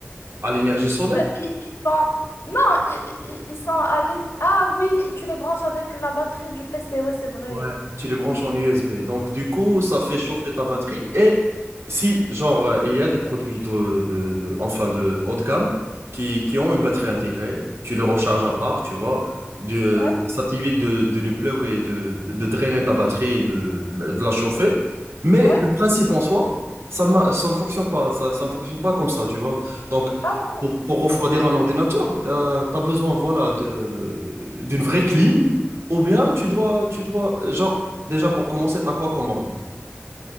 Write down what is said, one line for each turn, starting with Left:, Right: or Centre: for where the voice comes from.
Right: À l'énergie solaire?
Left: ils, ils sont... Non, ils, ils, ils sont à l'ex- Ah oui, tu les branches avec la batterie du PC, ouais, c'est vrai.
Right: Ouais, tu les branches
Left: Mm.
Right: en USB. Donc, du coup, ça fait
Left: Ouais,
Right: chauffer
Left: tu
Right: ta
Left: as raison.
Right: batterie. Et si, genre, euh, il y a des produits de, de, de- enfin, de haut de gamme qui, qui ont une batterie intégrée, tu les recharges à part, tu vois. de
Left: Ouais,
Right: ça t'évite de, de les plug et de, de drainer ta batterie et de, de la de la chauffer. Mais
Left: ouais.
Right: le principe en soi, ça ne, ma- ça ne fonctionne pas. Ça, ça ne fonctionne pas comme ça, tu vois. Donc,
Left: Ah bon?
Right: pour, pour refroidir un ordinateur, tu as, besoin, voilà, de, d'une vraie clim ou bien tu dois, tu dois, euh, genre, déjà pour commencer, t'as quoi comme ordi?